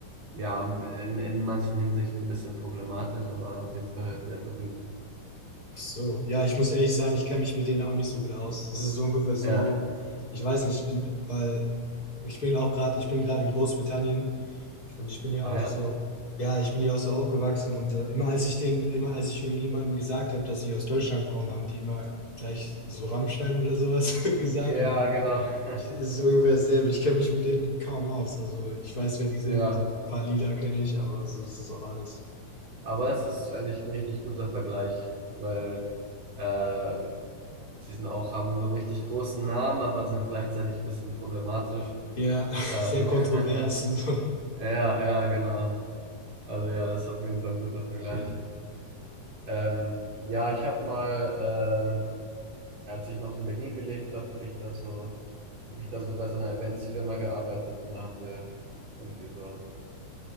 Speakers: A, on the right; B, on the left.
A: ja, in, in manchen Hinsichten ein bisschen problematisch, aber auf jeden Fall sehr berühmt.
B: Ach so, ja, ich muss ehrlich sein, ich kenne mich mit denen auch nicht so gut aus. Das ist so ungefähr so,
A: Ja,
B: ich weiß nicht, in, weil ich bin auch gerade, ich bin gerade in Großbritannien und ich bin ja
A: ah
B: auch
A: ja,
B: so, ja, ich bin ja auch so aufgewachsen und äh, immer als ich den, immer als ich irgendjemandem gesagt habe, dass ich aus Deutschland komme, haben die immer gleich so Rammstein oder sowas <laughs> gesagt
A: ja,
B: und
A: genau. <laughs>
B: ich, es ist so ungefähr dasselbe. Ich kenne mich mit denen kaum aus. Also ich weiß, wer die
A: Ja,
B: sind, ein paar Lieder kenne ich, aber so, das ist auch alles.
A: aber es ist eigentlich ein richtig guter Vergleich, weil äh, die sind auch, haben so einen richtig großen Namen, aber sind gleichzeitig ein bisschen problematisch.
B: Ja, <laughs>
A: Ähm,
B: sehr kontrovers
A: <laughs>
B: und so.
A: ja, ja, genau. Also ja, das ist auf jeden Fall ein guter Vergleich. Ähm, ja, ich habe mal, äh, als ich noch in Berlin gelebt habe, habe ich da so, habe ich da so bei so einer Eventsfirma gearbeitet und da haben wir irgendwie so,